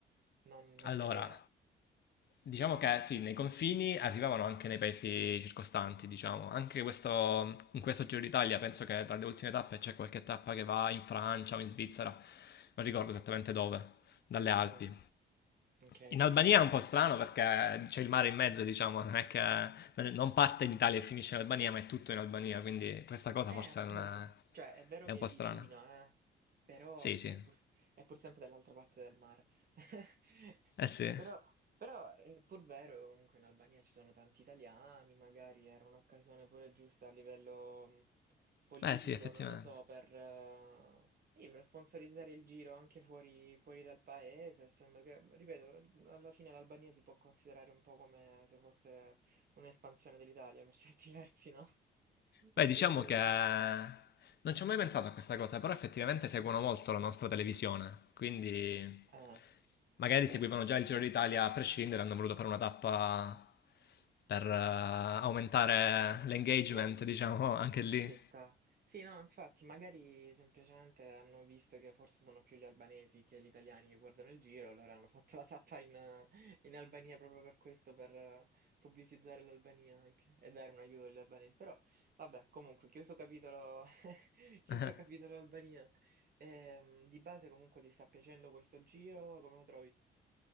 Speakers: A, on the right (about 50°); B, on the left (about 55°).
A: non, non
B: Allora,
A: ho idea.
B: Diciamo che sì, nei confini arrivavano anche nei paesi circostanti, diciamo. Anche questo- in questo Giro d'Italia penso che tra le ultime tappe c'è qualche tappa che va in Francia o in Svizzera, non ricordo esattamente dove, dalle Alpi.
A: Mm, ok.
B: In Albania è un po' strano perché c'è il mare in mezzo, diciamo, non è che non parte in Italia e finisce in Albania, ma è tutto in Albania, quindi questa cosa
A: Eh,
B: forse
A: appunto.
B: non è,
A: Cioè, è vero
B: è
A: che
B: un po'
A: è vicina,
B: strana.
A: eh, però
B: Sì, sì.
A: è pur, è pur sempre dall'altra parte del mare. <laughs>
B: Eh sì.
A: Però, però è pur vero che comunque in Albania ci sono tanti italiani, magari era un'occasione pure giusta a livello mh, politico,
B: Beh sì, effettivamente.
A: non lo so, per, eh, sì, per sponsorizzare il giro anche fuori, fuori dal paese, essendo che, ripeto, alla fine l'Albania si può considerare un po' come se fosse Un'espansione dell'Italia per <laughs> certi versi, no? <laughs>
B: Beh, diciamo
A: Quindi,
B: che eh, non ci ho mai pensato a questa cosa, però effettivamente seguono molto la nostra televisione, quindi
A: eh,
B: magari
A: è vero,
B: seguivano già il Giro d'Italia a prescindere, hanno voluto fare una tappa per eh, aumentare l'engagement,
A: lo-
B: diciamo, anche lì.
A: ci sta. Sì, no, infatti, magari semplicemente hanno visto che forse sono più gli albanesi che gli italiani che guardano il giro, allora hanno fatto la tappa in, eh, in Albania proprio per questo, per eh, pubblicizzare l'Albania anche e dare un aiuto agli albanesi. Però, vabbè, comunque, chiuso capitolo, <laughs> chiuso
B: <laughs>
A: capitolo Albania. Ehm, di base, comunque, ti sta piacendo questo giro? Come lo trovi?